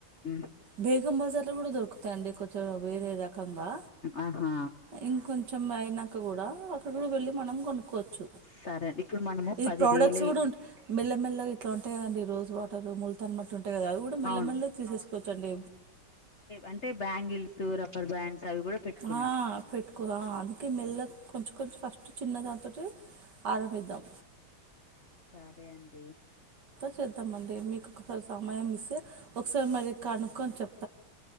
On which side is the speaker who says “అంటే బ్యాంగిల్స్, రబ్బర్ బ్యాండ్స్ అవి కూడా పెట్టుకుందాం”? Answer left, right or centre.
Left